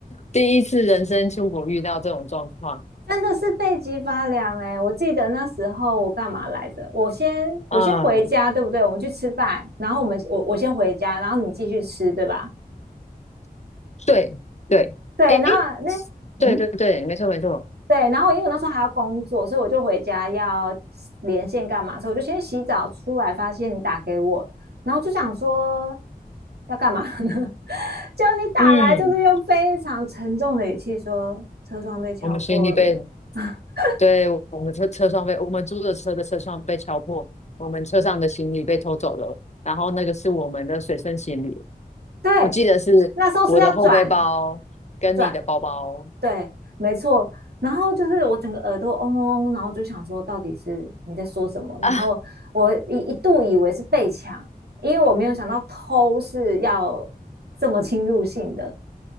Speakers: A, on the left; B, on the right.
A: 第一次人生出国遇到这种状况。
B: 真的是背脊发凉哎、我记得那时候我干嘛来着？我先我先回家，
A: 嗯，
B: 对不对？我们去吃饭，然后我们我我先回家，然后你继续吃，对吧？
A: 对对，
B: 对，
A: 哎哎，
B: 然后那嗯，
A: 诶对对对，没错没错，
B: 对，然后因为我那时候还要工作，所以我就回家要连线干嘛，所以我就先洗澡出来，发现你打给我，然后就想说要干嘛呢？<laughs> 就你打来就是用非常沉重的语气说车窗被敲破了，
A: 嗯。我们行李被，
B: <laughs>
A: 对，我们车车窗被，我们租的车的车窗被敲破，我们车上的行李被偷走了，然后那个是我们的随身行李，
B: 对，
A: 我记得是我的后背包跟你的包包，
B: 那时候是要转转对，没错。然后就是我整个耳朵嗡嗡嗡，然后就想说到底是你在说什么？
A: 啊，
B: 然后我一一度以为是被抢，因为我没有想到偷是要这么侵入性的。